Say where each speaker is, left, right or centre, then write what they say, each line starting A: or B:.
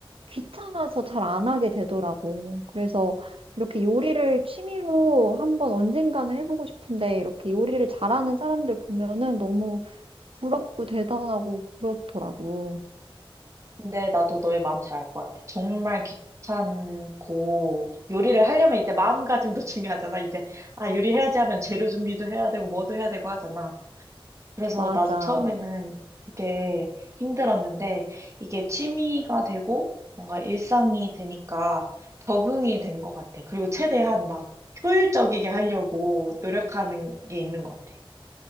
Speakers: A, on the right; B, on the right.
A: 귀찮아서 잘 안 하게 되더라고. 그래서 이렇게 요리를 취미로 한번 언젠가는 해보고 싶은데 이렇게 요리를 잘하는 사람들 보면은 너무 부럽고 대단하고 그렇더라고.
B: 근데 나도 너의 마음 잘 알 것 같아. 정말 귀찮고 요리를 하려면 이제 마음가짐도 <laughs> 중요하잖아. 이제 아 요리해야지 하면 재료 준비도 해야 되고 뭐도 해야 되고 하잖아. 그래서
A: 맞아.
B: 나도 처음에는 그게 힘들었는데 이게 취미가 되고 뭔가 일상이 되니까 적응이 된 것 같아. 그리고 최대한 막 효율적이게 하려고 노력하는 게 있는 것 같아.